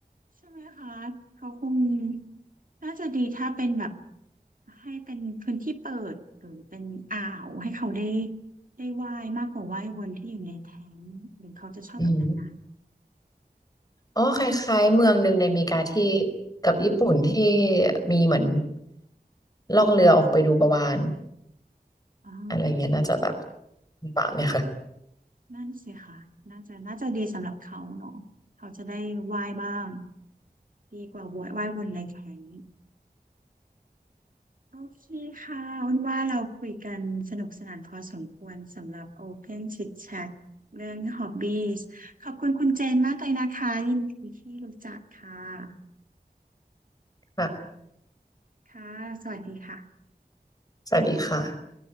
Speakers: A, on the right; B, on the left.
A: ใช่ไหมคะเขาคงน่าจะดีถ้าเป็นแบบให้เป็นพื้นที่เปิดหรือเป็นอ่าวให้เขาได้ได้ว่ายมากกว่าว่ายวนที่อยู่ในแท้งหรือเขาจะชอบแบบนั้นนะ
B: อืมอ๋อคล้ายๆเมืองหนึ่งในอเมริกาที่กับญี่ปุ่นที่มีเหมือนล่องเรือออกไปดูปลาวาฬ
A: อ๋อ
B: อะไรเงี้ยน่าจะแบบป่าเนี่ยค่ะ
A: นั่นสิค่ะน่าจะน่าจะดีสำหรับเขาเนาะเขาจะได้ว่ายบ้างดีกว่าว่ายว่ายวนในแข็งโอเคค่ะอ้นว่าเราคุยกันสนุกสนานพอสมควรสำหรับ Open Chit Chat เรื่อง Hobbies ขอบคุณคุณเจนมากเลยนะคะยินดีที่รู้จักค่ะ
B: ค่ะ
A: ค่ะสวัสดีค่ะ
B: สวัสดีค่ะ